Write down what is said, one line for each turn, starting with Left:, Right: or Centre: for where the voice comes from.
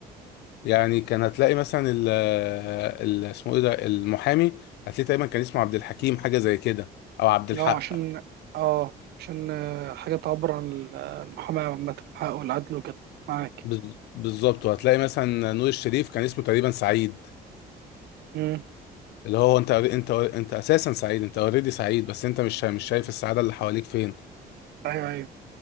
Left: يعني كان هتلاقي مثلا ال آه، ال- اسمه إيه ده المحامي هتلاقي تقريبا كان اسمه عبد الحكيم حاجة زي كده أو عبد الحق
Right: اه عشان اه عشان آه، حاجه تعبر عن ال- آه، المحاماه عامه حقه والعدل وكده معاك
Left: بز- بالظبط وهتلاقي مثلا نور الشريف كان اسمه تقريبا سعيد
Right: امم
Left: اللي هو انت انت انت اساسا سعيد انت اوريدي سعيد بس انت مش مش شايف السعاده اللي حواليك فين
Right: ايوه ايوه